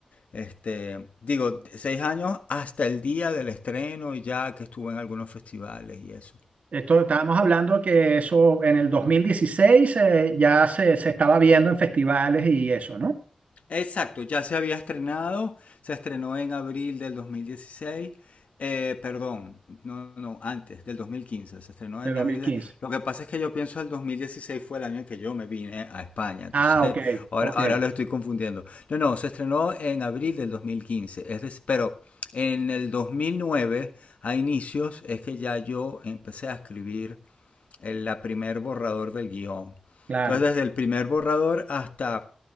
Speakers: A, on the left (about 75°); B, on the right (about 85°).
A: este, digo, seis años hasta el día del estreno y ya que estuve en algunos festivales y eso.
B: Esto estábamos hablando que eso en el 2016 eh, ya se, se estaba viendo en festivales y eso, ¿no?
A: Exacto, ya se había estrenado, se estrenó en abril del 2016, eh, perdón, no, no, antes del 2015, se estrenó
B: De
A: en
B: 2015.
A: abril. de- lo que pasa es que yo pienso el 2016 fue el año en que yo me vine a España, entonces
B: Ah, ok,
A: <laughs> ahora,
B: ok,
A: ahora lo estoy confundiendo. No, no, se estrenó en abril del 2015, es dec- pero en el 2009, a inicios, es que ya yo empecé a escribir el la primer borrador del guión.
B: claro.
A: Entonces, desde el primer borrador hasta